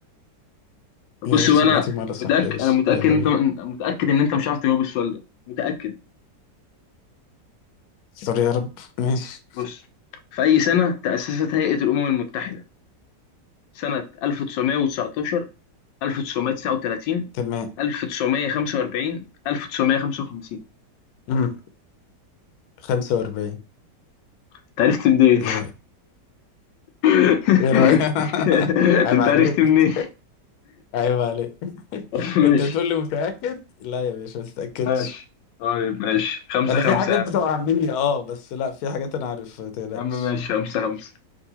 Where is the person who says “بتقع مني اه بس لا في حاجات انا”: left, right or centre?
Left